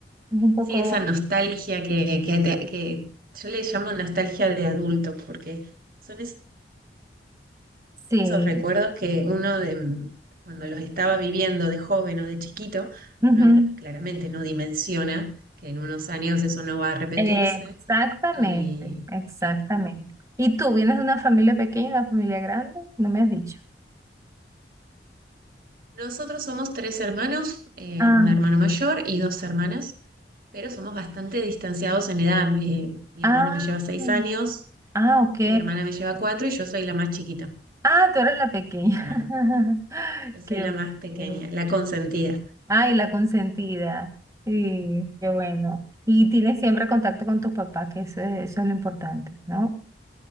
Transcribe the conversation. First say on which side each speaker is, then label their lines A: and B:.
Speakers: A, on the right; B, on the right.
A: un poco,
B: Sí, esa nostalgia que, que, te- que yo le llamo nostalgia de adulto, porque son
A: sí.
B: esos recuerdos que uno de mm, cuando los estaba viviendo de joven o de chiquito,
A: ujú.
B: uno claramente no dimensiona que en unos años eso no va a repetirse.
A: Exactamente,
B: Y,
A: exactamente.
B: y no.
A: ¿Y tú vienes de una familia pequeña, una familia grande? No me has dicho.
B: Nosotros somos tres hermanos, eh,
A: Ah,
B: un hermano mayor y dos hermanas, pero somos bastante distanciados en edad. Mi, mi
A: ah,
B: hermano me lleva seis años,
A: ah, ok.
B: mi hermana me lleva cuatro y yo soy la más chiquita,
A: Ah, tú eres la pequeña.
B: la más-
A: <laughs>
B: yo soy
A: Qué
B: la
A: bueno.
B: más pequeña,
A: qué bueno.
B: la consentida.
A: Ay, la consentida. Sí, qué bueno. Y tienes siempre contacto con tus papás, que eso es, eso es lo importante, ¿no?